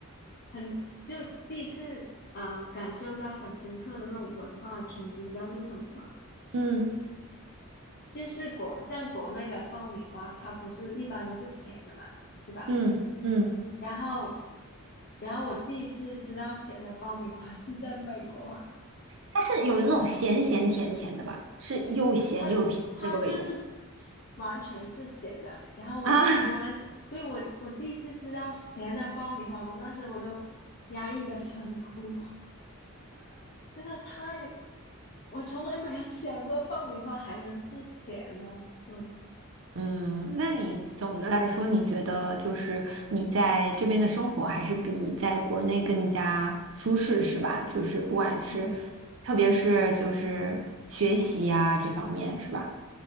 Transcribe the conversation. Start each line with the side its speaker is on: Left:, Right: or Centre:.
Left: 很就第一次啊，感受到很深刻的那种文化冲击，你知道是什么吗？
Right: <laughs> 嗯
Left: 就是国像国内的爆米花，它不是一般都是甜的嘛，是吧？
Right: 嗯嗯，
Left: 然后然后我第一次吃到咸的爆米花 <laughs> 是在美国，
Right: 它是有那种咸咸甜甜的吧，是又咸又甜那个味道
Left: <laughs> 它它就是完全是咸的。然后我我完对我我第一次吃到咸的爆米花，
Right: 啊。<laughs>
Left: 我那时我都压抑的想哭，<laughs> 真的太我从来没有想过爆米花还能是咸的。嗯
Right: 嗯，那你总的来说，你觉得就是你在这边的生活还是比在国内更加舒适，是吧？就是不管是，
Left: 嗯，
Right: 特别是就是学习呀、这方面，是吧？